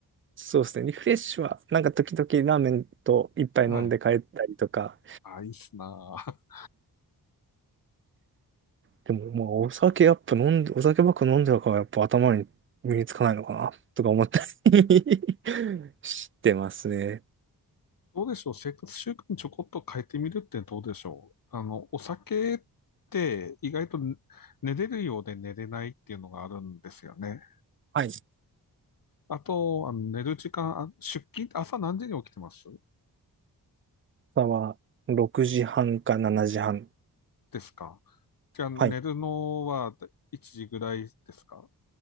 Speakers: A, on the right; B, on the left.
A: そうですね。リフレッシュは、なんか時々ラーメンと一杯飲んで帰ったりとか、
B: はい。あ、いいっすなあ。
A: でも、まあ、お酒やっぱ飲んで、お酒ばっか飲んじゃうから、やっぱ頭に身につかないのかな、とか思ったり <laughs> してますね。
B: どうでしょう生活習慣ちょこっと変えてみるってどうでしょうあの、お酒って意外とね寝れるようで寝れないっていうのがあるんですよね。
A: はい。朝
B: あと、あの寝る時間、あ出勤、朝何時に起きてます
A: は6時半か7時半。
B: ですかじゃあ寝るのは1時ぐらいですか
A: はい。